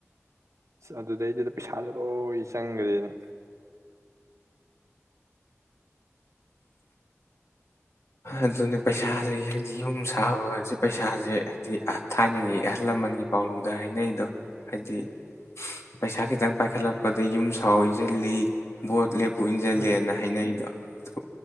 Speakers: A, on the right; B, on the left.
A: ꯑꯗꯨꯗꯩꯗꯨꯗ ꯄꯩꯁꯥꯗꯣ ꯂꯣꯏ ꯆꯪꯒꯗ‌ꯣꯏꯅꯤ
B: ꯑꯗꯨꯅꯦ ꯄꯩꯁꯥꯁ ꯍꯥꯏꯗꯤ ꯌꯨꯝ ꯁꯥꯕꯁꯦ ꯄꯩꯁꯥꯁꯦ ꯍꯥꯏꯗꯤ ꯊꯥꯏꯅꯒꯤ ꯑꯍꯜ ꯂꯃꯟꯒꯤ ꯄꯥꯎꯔꯨꯝ ꯑ ꯍꯥꯏꯅꯩꯗꯣ ꯍꯥꯏꯗꯤ ꯄꯩꯁꯥ ꯈꯤꯇꯪ ꯄꯥꯏꯈꯠꯂꯛꯄꯗ ꯌꯨꯝ ꯁꯥꯎ ꯏꯟꯁꯤꯜꯂꯤ ꯕꯣꯠ ꯂꯦꯞ ꯄꯨ ꯏꯟꯁꯤꯜꯂꯦꯅ
A: ꯎꯝ
B: ꯍꯥꯏꯅꯩꯗꯣ ꯇꯣ